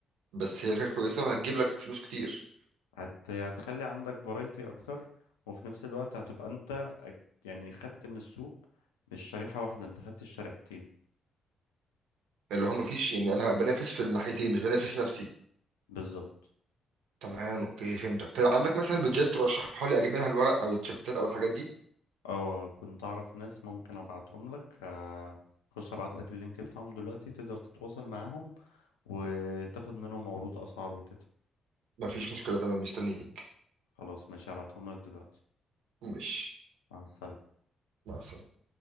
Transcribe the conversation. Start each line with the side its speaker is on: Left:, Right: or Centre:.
Right: بس هي فكرة كويسة وهتجيب لك فلوس كتير
Left: هت... هتخلي عندك فرايتي اكتر وفي نفس الوقت هتبقى انت أك- يعني خدت من السوق مش شريحة واحدة انت خدت الشريحتين
Right: اللي هو مفيش يعني انا بنافس في الناحيتين مش بنافس نفسي
Left: بالظبط
Right: تمام اوكي فهمتك طيب عندك مثلا بيدجات ترشحها لي اجيب منها الورق او التيشيرتات او الحاجات دي
Left: اه كنت اعرف ناس ممكن ابعتهم لك آه، خش ابعت لك اللينك بتاعهم دلوقتي تقدر تتواصل معاهم وتاخد منهم عروض اسعار وكده
Right: مفيش مشكله تمام مستنيك
Left: خلاص ماشي هبعتهم لك دلوقتي
Right: مش
Left: مع السلامة
Right: مع السلامه